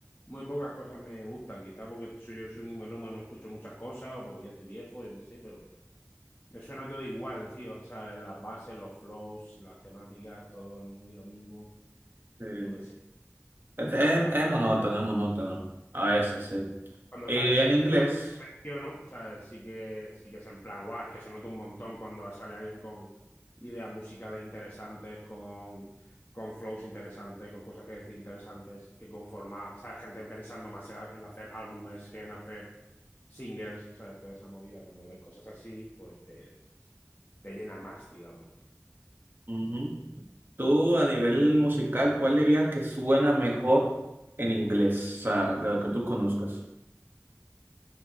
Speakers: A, on the left; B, on the right.
A: Muy pocas cosas me gustan, quizá porque soy, yo soy muy melómano no escucho muchas cosas, o porque ya estoy viejo, yo qué sé, pero me suena todo igual, tío. O sea, las bases, los flows, las temáticas, todo es muy lo mismo.
B: Sí.
A: Yo qué sé.
B: Es, es-
A: Ya
B: es monótono, es monótono, a veces, sí.
A: Cuando
B: Y
A: sale gente
B: en inglés,
A: como esta que te menciono, o sea, sí que, sí que es en plan, guau, es que se nota un montón cuando sale alguien con ideas musicales interesantes, con, con flows interesantes, con cosas que decir interesantes, que conforma, o sea, gente pensando más en en hacer álbumes que en hacer singles, o sea, toda esa movida, cuando ves cosas así, pues te, te llena más, digamos.
B: ujú, Tú a nivel musical, ¿cuál dirías que suena mejor en inglés? O sea, de lo que tú conozcas.